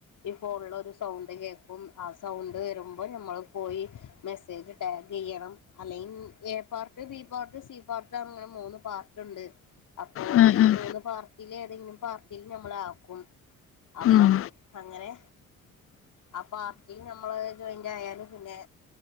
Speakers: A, on the left; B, on the left.
A: ഈ ഫോണില് ഒരു സൗണ്ട് കേക്കാ ആ സൗണ്ട് വരുമ്പോൾ നമ്മള് പോയി മെസേജ് ടാഗ് ചെയ്യണം അല്ലെങ്കില് A part B part C part അങ്ങനെ മൂന്ന് പാർട്ട് ഇണ്ട് അപ്പോലെ
B: ഉം
A: ഈ
B: ഉം
A: മൂന്ന് പാർട്ടില് ഏതെങ്കിലും പാർട്ടില് ഞമ്മളെ ആക്കും അപ്പം
B: ഉം.
A: അങ്ങനെ ആ പാർട്ടിൽ നമ്മള് ജോയിന്റ് ആയാല് പിന്നെ